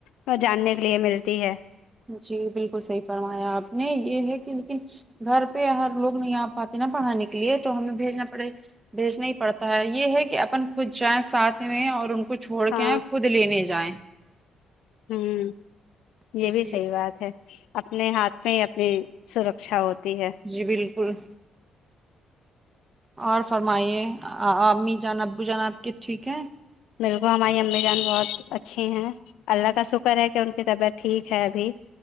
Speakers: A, on the left; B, on the right.
A: اور جاننے کے لیے ملتی ہے
B: جی بالکل صحیح فرمایا آپ نے یہ ہے کہ لیکن گھر پہ ہر لوگ نہیں آ پاتے نا پڑھانے کے لیے تو ہمیں بھیجنا پڑے بھیجنا ہی پڑتا ہے یہ ہے کہ اپن کچھ جائیں ساتھ میں اور ان کو چھوڑ
A: ہاں
B: کے آئیں خود لینے جائیں
A: ہوں یہ بھی
B: جی
A: صحیح بات ہے اپنے ہاتھ میں ہی اپنی سرکشا ہوتی ہے
B: جی بالکل اور فرمائیے امی جان ابو جان آپ کے ٹھیک ہے
A: بالکل کو ہماری امی جان بہت اچھی ہیں اللہ کا شکر ہے کہ ان کی طبیعت ٹھیک ہے ابھی